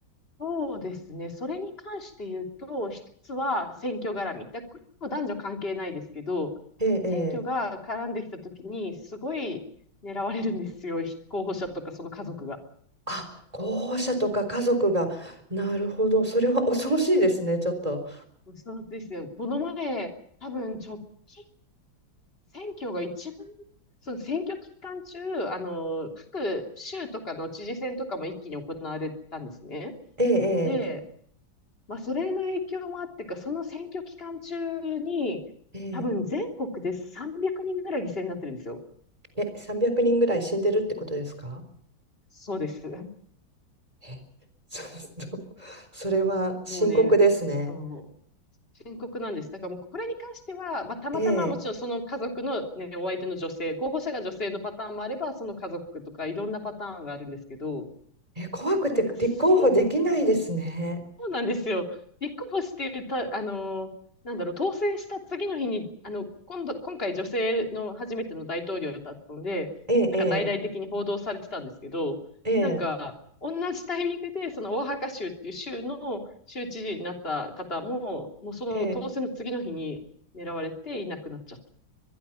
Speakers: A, on the left; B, on the right.
A: そうですね。それに関して言うと、一つは選挙絡み。だこれも男女関係ないですけど、
B: ええ、ええ
A: 選挙が絡んできたときに、すごい狙われるんですよ。ひ候補者とかその家族が。
B: あ、候補者とか家族が、なるほど、それは恐ろしいですね、ちょっと。
A: そうですね。この前、多分直近、選挙が一番、その選挙期間中、あの、各州とかの知事選とかも一気に行われたんですね。
B: え
A: で、
B: え、
A: まあ、それの影響もあってか、その選挙期間中に、
B: ええ、
A: 多分全国で300人ぐらい犠牲になってるんですよ。
B: ええ、え、300人ぐらい死んでるってことですか
A: そうです。<laughs>
B: え、ちょっと <laughs>、それは深刻ですね。
A: もうね、そう、深刻なんです。だからもうこれに関しては、まあ、たまたまもちろんその家族の、
B: ええ、
A: ね、お相手の女性、候補者が女性のパターンもあれば、その家族とかいろんなパターンがあるんですけど、
B: え、怖くて立候補できないですね。
A: なんか選挙そうなんですよ。立候補してた、あのーなんだろう、当選した次の日に、あの、今度、今回女性の初めての大統領だったので、
B: ええ、
A: なんか大々的に報道されてたんですけど、
B: ええ、え
A: なんか、同じタイミングで、そのオアハカ州っていう州の州知事になった方も、もうその当選の次の日に狙われていなくなっちゃっ
B: え、ええ